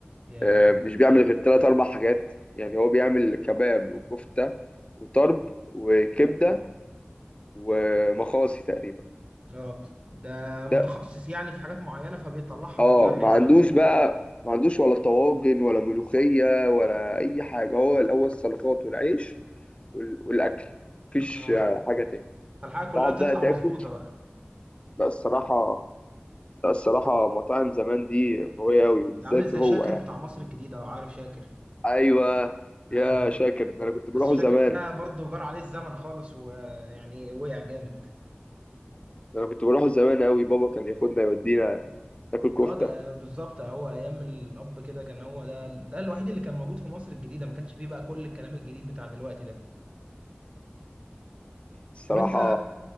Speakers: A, on the right (about 30°); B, on the left (about 30°).
A: ياه
B: آه، مش بيعمل غير تلات أربع حاجات يعني هو بيعمل كباب وكفتة وطرب وكبدة ومخاصي تقريبا
A: اه ده متخصص
B: ده
A: يعني في حاجات معينه فبيطلعها
B: اه
A: كلها حلوه
B: ما عندوش
A: ها
B: بقى ما عندوش ولا طواجن ولا ملوخية ولا أي حاجة هو الأول السلطات والعيش وال- والأكل مفيش
A: اه
B: آه، حاجة تاني
A: فالحاجه كلها
B: تقعد
A: تطلع
B: بقى تاكل
A: مظبوطه بقى
B: لا الصراحة لا الصراحة مطاعم زمان دي قوية أوي وبالذات
A: ده عامل زي
B: هو
A: شاكر
B: يعني
A: بتاع مصر الجديده لو عارف شاكر
B: أيوه يا
A: ايوه اللي هو
B: شاكر ده أنا كنت بروحه
A: بس شاكر
B: زمان
A: ده برضو جرى عليه الزمن خالص ويعني وقع جامد
B: ده أنا كنت بروحه زمان أوي بابا كان ياخدنا يودينا ناكل كفته
A: اه ده بالظبط هو ايام الاب كده كان هو ده ده الوحيد اللي كان موجود في مصر الجديده ما كانش فيه بقى كل الكلام الجديد بتاع دلوقتي ده
B: الصراحه
A: طب انت